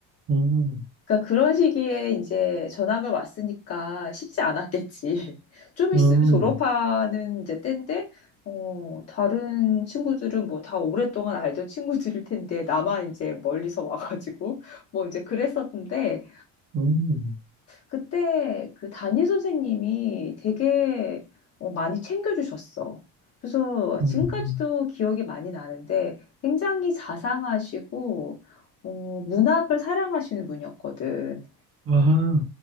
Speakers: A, on the right; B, on the left.
A: 음,
B: 그러니까 그런 시기에 이제 전학을 왔으니까 쉽지 않았겠지. <laughs> 좀 있으면
A: 음,
B: 졸업하는 이제 때인데, 어, 다른 친구들은 뭐 다 오랫동안 알던 친구들일 텐데, 나만 이제 멀리서 와가지고, <laughs> 뭐 이제 그랬었는데,
A: 음,
B: 그때 그 담임 선생님이 되게 어, 많이 챙겨주셨어. 그래서
A: 음.
B: 지금까지도 기억이 많이 나는데, 굉장히 자상하시고, 어, 문학을 사랑하시는 분이었거든.
A: 아하,